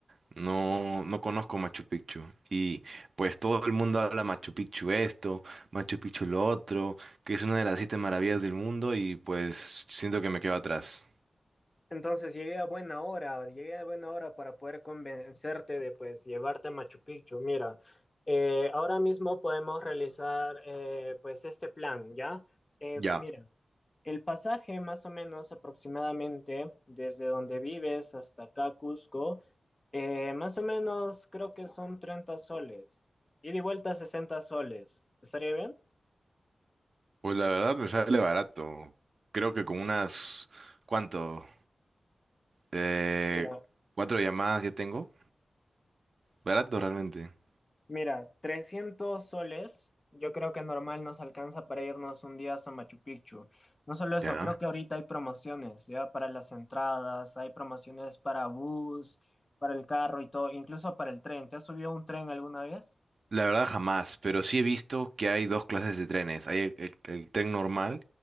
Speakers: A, on the right; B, on the left.
A: no no conozco Machu Picchu y pues todo el mundo habla Machu Picchu esto, Machu Picchu lo otro, que es una de las siete maravillas del mundo y pues siento que me quedo atrás.
B: Entonces llegué a buena hora, llegué a buena hora para poder convencerte de, pues, llevarte a Machu Picchu. Mira, eh, ahora mismo podemos realizar, eh, pues, este plan, ¿ya? Eh,
A: Ya,
B: mira, El pasaje, más o menos aproximadamente, desde donde vives hasta acá, Cusco, eh, más o menos creo que son 30 soles. Ida y vuelta 60 soles. ¿Estaría bien?
A: pues la verdad me sale barato. Creo que con unas ¿cuánto? Eh,
B: Mira,
A: cuatro llamadas ya tengo. Barato realmente.
B: mira, trescientos soles, yo creo que normal nos alcanza para irnos un día hasta Machu Picchu. No solo eso,
A: Ya.
B: creo que ahorita hay promociones, ya para las entradas, hay promociones para bus, para el carro y todo, incluso para el tren. ¿Te has subido a un tren alguna vez?
A: La verdad jamás, pero sí he visto que hay dos clases de trenes. Hay el, el- el tren normal